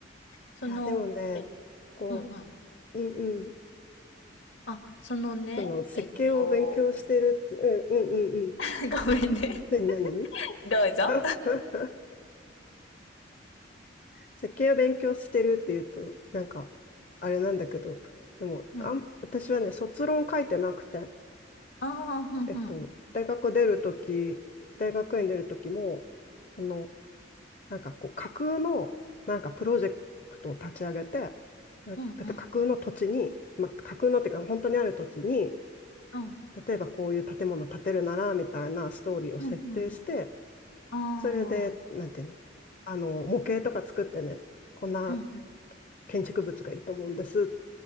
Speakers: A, on the left (about 75°); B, on the left (about 40°).
A: その、
B: いや、でもね、
A: え
B: こ
A: うんうん。
B: う、うんうん。
A: あ、そのね、
B: その設計を勉強してるって、
A: えっと、
B: うんうんうんうん。
A: <laughs> ごめんね。
B: 何何
A: どうぞ。
B: <laughs> 設計を勉強してるっていうと、なんか、あれなんだけど、でも、
A: うん。
B: あん、私はね、卒論書いてなくて、
A: ああ、うん
B: えっと、大学出るとき、大学院出るときも、あの、なんかこう、架空の、なんかプロジェクトを立ち上げて、例えば架空の土地に、
A: うんうんうん。
B: まあ、架空のっていうか、本当にある土地に、
A: うん。
B: 例えばこういう建物建てるなら、みたいなストーリーを設定して、
A: うんうん。うんうんああ。
B: それで、なんていうの、あの、模型とか作ってね、こんな
A: うんうん
B: 建築物がいいと思うんです。